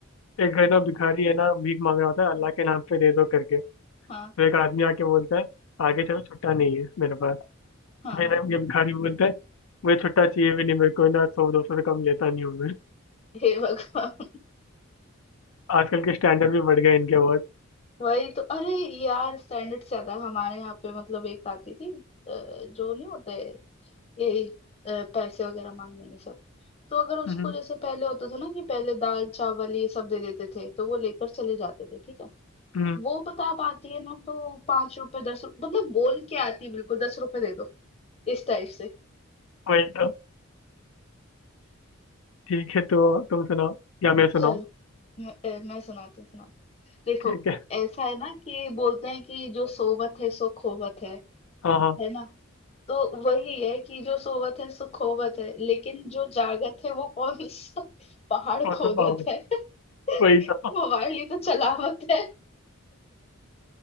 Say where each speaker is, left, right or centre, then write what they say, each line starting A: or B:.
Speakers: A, on the left; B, on the left.
A: एक है ना भिखारी है ना भीख मांग रहा होता है अल्लाह के नाम पे दे दो करके
B: हाँ
A: तो एक आदमी आके बोलता है आगे चलो छुट्टा नहीं है मेरे पास
B: हाँ
A: फिर ये भिखारी बोलता है मुझे छुट्टा चाहिए भी नहीं मेरे को ना सौ दो सौ से कम लेता नहीं हूँ मैं
B: हे भगवान
A: आजकल के स्टैंडर्ड भी बढ़ गए इनके बहुत
B: वही तो अरे यार स्टैंडर्ड से ज्यादा हमारे यहाँ पे मतलब एक आती थी अ, जो नहीं होते यही अ, पैसे वगैरह मांगने ये सब तो अगर उसको
A: हम्म
B: जैसे पहले होता था ना कि पहले दाल चावल ये सब दे देते थे तो वो लेकर चले जाते थे ठीक है
A: हम्म,
B: वो पता आप आती है ना तो पांच रुपए दस रुपए मतलब बोल के आती है बिल्कुल दस रुपए दे दो इस टाइप से
A: वही तो ठीक है तो तुम सुनाओ या मैं सुनाऊँ
B: चल मैं, अ, मैं सुनाती हूँ सुनाती हूँ। देखो
A: ठीक है
B: ऐसा है ना कि बोलते हैं कि जो सोवत है सो खोवत है
A: हाँ हाँ
B: है ना तो वही है कि जो सोवत है सो खोवत है लेकिन जो जागत है वो कौन सा <laughs> पहाड़
A: कौन सा
B: खोदत
A: पाव है?
B: है <laughs>
A: वही तो
B: मोबाइल ही तो चलावत है